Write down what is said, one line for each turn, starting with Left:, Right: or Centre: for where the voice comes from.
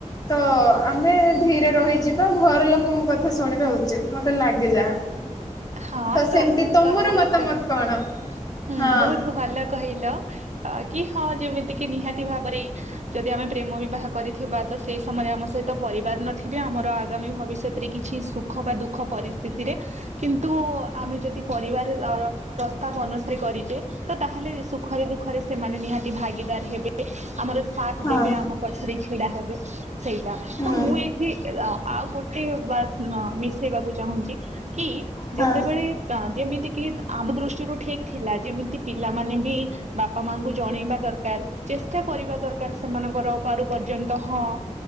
Left: ତ ଆମେ ଧୀରେ ରହିଯିବା ଘର ଲୋକଙ୍କ କଥା ଶୁଣିବା ଉଚିତ ମତେ ଲାଗେ ଯାହା।
Right: ହଁ
Left: ତ
Right: ତମଁ
Left: ସେମିତି ତମର
Right: କହିବାର
Left: ମତାମତ
Right: କଥା
Left: କଣ?
Right: ହୁଁ
Left: ହଁ
Right: ବହୁତ ଭଲ କହିଲ କି ହଁ ଯେମିତିକ ନିହାତି ଭାବରେ ଯଦି ଆମେ ପ୍ରେମ ବିବାହ କରିଥିବା ତ ସେଇ ସମୟରେ ଆମ ସହିତ ପରିବାର ନଥିବେ ଆମର ଆଗାମୀ ଭବିଷ୍ୟତରେ କିଛି ଦଖ ବା ଦୁଃଖ ପରିସ୍ଥିରେ କିନ୍ତୁ ଆମେ ଯଦି ପରିବାର ପ୍ରସ୍ତାବ ଅନ କରିଛେ ତ ତାହେଲେ ସୁଖରେ ଦୁଃଖରେ ସେମାନେ ନିହାତି ଭାଗିଦାର ହେବେ ଆମର। ସାଥ
Left: ହଁ
Right: ଦେବେ ଆମ ପଛରେ ଛିଡା ହେବେ ସେଇଟା
Left: ହୁଁ
Right: ତ ମୁଁ ଏଇଠି ଆଉ ଗୋଟେ ବା ମିଶେଇବାକୁ ଚାହୁଁଛି କି
Left: ହଁ
Right: ଯେତେବେଳେ ତ ଯେମିତି କି ଆମ ଦୃଷ୍ଟିରୁ ଠିକ ଥିଲା ଯେମିତି ପିଲାମାନେ ବି ବାପା ମାଙ୍କୁ ଜଣେଇବା ଦରକାର ଚେଷ୍ଟା କରିବା ଦରକାର ସେମାନଙ୍କର ପାରୁ ପର୍ଯ୍ୟନ୍ତ ହଁ।